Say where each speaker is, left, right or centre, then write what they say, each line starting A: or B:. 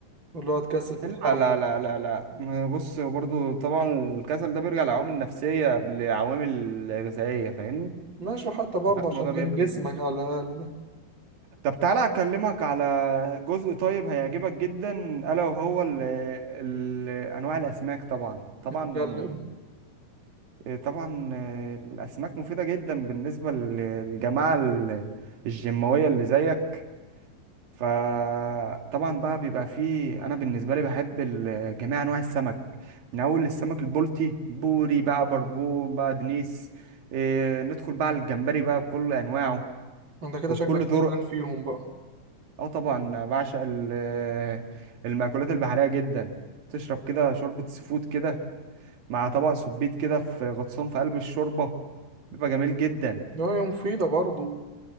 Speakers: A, on the right; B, on the right.
A: واللي هو تكسل تتحرك
B: لا لا لا لا لا ما بص برضو طبعا الكسل ده بيرجع لعوامل نفسية قبل عوامل غذائية فاهمني
A: ماشي حتى برضه
B: فده الموضوع
A: عشان
B: بيبدأ
A: إيه جسمك
B: من
A: على الأقل
B: طب تعالى اكلمك على جزء طيب هيعجبك جدا الا وهو ال ال انواع الاسماك طبعا طبعا
A: يتكلم
B: آه، طبعا آه، الاسماك مفيده جدا بالنسبه للجماعه ال- الجيماويه اللي زيك فطبعا بقى بيبقى فيه انا بالنسبه لي بحب ال- جميع انواع السمك من اول السمك البلطي بوري بقى بربون بقى دنيس آه، ندخل بقى على الجمبري بقى بكل انواعه
A: أنت كده
B: وبكل
A: شكلك فهمان
B: طرق
A: فيهم بقى
B: اه طبعا بعشق ال- آه، المأكولات البحريه جدا تشرب كده شوربه سفود كده مع طبق سبيت كده في غطسان في قلب الشوربه بيبقى جميل جدا
A: ده هي مفيدة برضه